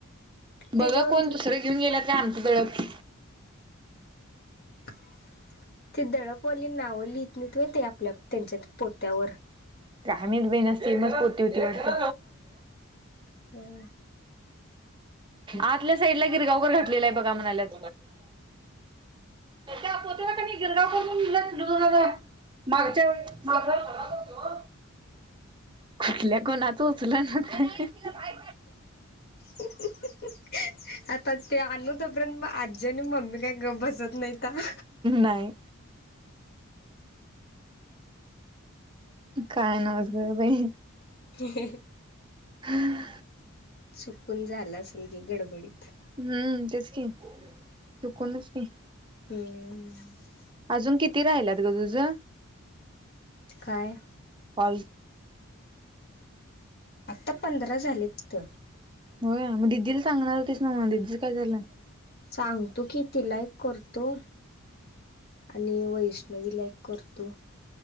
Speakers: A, on the left; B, on the right.
A: त्याच्यावर
B: बघा कोण दुसरे घेऊन गेला ते आमचं दळप.
A: टप. ते दळपवाली नावं लिहित नाही त ते आपल्य त्यांच्या पोत्यावर.
B: काय माहीत बाई सेमच पोती होती वाटत.
A: हं!
B: आतल्या साईडला गिरगावकर घटलेला आहे. बघा म्हणाल्यात. त्या पोत्याला कणी गिरगाव करून लिहले आहे. दळप तस मागच्या कुठल्या कोणात उचलून आणल. काय बाई!
A: हिंहंह. आता ते आणू तोपर्यंत आजी आणि मम्मी काय बसत नाहीता आ!
B: काय? काय ना आज ग बाई!
A: हिहीहि.
B: हं.
A: चुकून झाला असेल की गडबडीत!
B: हं तेच की चकूनच <inaudible>
A: हं!
B: अजून किती राहिल्यात ग तुझं?
A: काय?
B: कॉल
A: आता पंधरा झालेत तर
B: होय मग दिदीला सांगणार होतीस ना मग दिदीचं काय झालं?
A: सांगतो कि तिला एक करतो. आणि वैष्णवीला एक करतो.